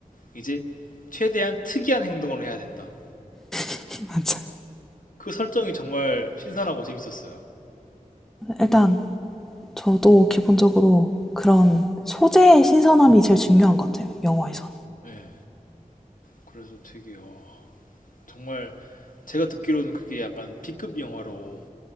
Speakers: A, on the left; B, in the centre.
A: 이제 최대한 특이한 행동을 해야 된다.
B: <laughs> 맞아.
A: 그 설정이 정말 신선하고 재밌었어요.
B: 일단 저도 기본적으로 그런 소재의 신선함이 제일 중요한 것 같아요. 영화에선.
A: 네. 그래서 되게 어, 정말 제가 듣기로는 그게 약간 B급 영화로